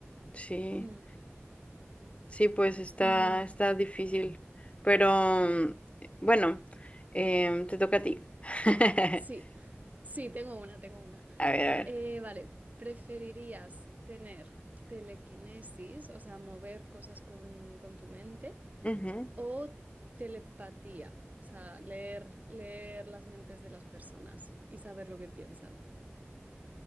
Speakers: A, on the left (about 30°); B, on the right (about 35°).
A: Sí,
B: Mm,
A: sí, pues está,
B: mm,
A: está difícil. Pero mm, bueno, em, te toca a ti. <laughs>
B: sí, <laughs> sí, tengo una, tengo una.
A: A ver, a ver.
B: Eh, vale, ¿preferirías tener telequinesis, o sea, mover cosas con, con tu mente,
A: Ujú.
B: o telepatía, o sea, leer, leer las mentes de las personas y saber lo que piensan?